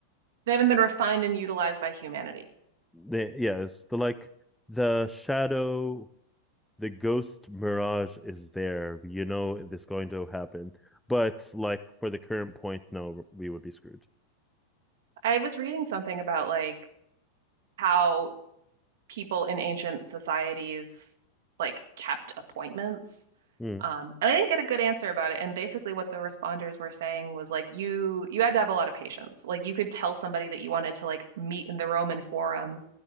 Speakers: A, on the right; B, in the centre.
A: they haven't been refined and utilized by humanity.
B: They, yeah, it's the like the shadow, the ghost mirage is there. You know, it's going to happen. But like for the current point, no, we would be screwed.
A: I was reading something about like how people in ancient societies like kept appointments.
B: Mm,
A: Um, and I didn't get a good answer about it. And basically what the responders were saying was like you you had to have a lot of patience. Like you could tell somebody that you wanted to like meet in the Roman Forum